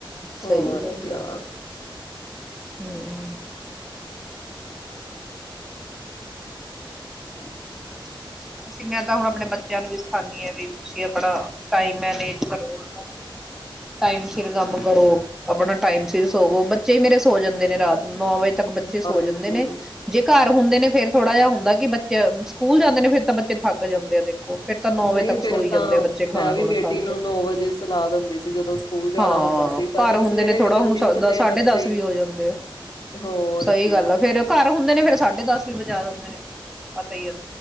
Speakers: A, in the centre; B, on the left (about 55°).
A: ਸਹੀ
B: ਹੋਰ
A: ਗੱਲ
B: ਕਿਆ
A: ਐ ਹੂ <unintelligible> ਅਸੀ ਮੈਂ ਤਾਂ ਹੁਣ ਆਪਣੇ ਬੱਚਿਆਂ ਨੂੰ ਵੀ ਹਾਂਜੀ ਏ ਵੀ ਤੁਸੀਂ ਆਪਣਾ ਟਾਈਮ ਮੈਨੇਜ ਕਰੋ ਟਾਈਮ ਸਿਰ ਕੰਮ ਕਰੋ ਆਪਣਾ ਟਾਈਮ ਸਿਰ ਸੋਵੋ ਬੱਚੇ ਮੇਰੇ ਸੋ ਜਾਂਦੇ ਨੇ ਰਾਤ ਨੂੰ ਨੌ ਵਜੇ ਤੱਕ ਬੱਚੇ
B: ਹਾਂਜੀ
A: ਸੋ ਜਾਂਦੇ ਨੇ ਜੇ ਘਰ ਹੁੰਦੇ ਨੇ ਫੇਰ ਥੋੜਾ ਜਿਹਾ ਹੁੰਦਾ ਕੀ ਬੱਚ ਸਕੂਲ ਜਾਂਦੇ ਨੇ ਫਿਰ ਤਾਂ ਬੱਚੇ ਥੱਕ ਜਾਂਦੇ ਆ ਦੇਖੋ ਫਿਰ ਤਾਂ ਨੌ
B: ਨਹੀਂ
A: ਵਜੇ ਤੱਕ
B: ਫਿਰ
A: ਸੋਈ
B: ਤਾਂ
A: ਜਾਂਦੇ ਆ ਬੱਚੇ ਖਾਣਾ
B: ਮੈਂ ਵੀ
A: ਖੁਣਾ
B: ਬੇਟੀ
A: ਖਾ
B: ਨੂੰ
A: ਕੇ
B: ਨੋ ਵਜੇ ਸੁਲਾ ਦਿੰਦੀ ਸੀ ਜਦੋਂ ਸਕੂਲ ਜਾਣਾ
A: ਹਾਂ
B: ਹੁੰਦਾ ਸੀ ਤਾਂ
A: ਘਰ
B: ਫਿਰ
A: ਹੁੰਦੇ
B: ਸਵੇਰੇ
A: ਨੇ ਥੋੜਾ
B: ਵੀ ਜਲਦੀ
A: ਹੁਣ ਸ-
B: ਉਠਦੇ
A: ਦ- ਸਾਢੇ
B: ਆ ਬੱਚੇ
A: ਦਸ ਵੀ ਹੋ ਜਾਂਦੇ ਆ
B: ਹੋਰ
A: ਸਹੀ
B: ਕ
A: ਗੱਲ ਆ ਫੇਰ ਘਰ ਹੁੰਦੇ ਨੇ ਫੇਰ ਸਾਢੇ ਦਸ ਵੀ ਵਜਾ ਦੇਂਦੇ ਨੇ ਪਤਾ <unintelligible>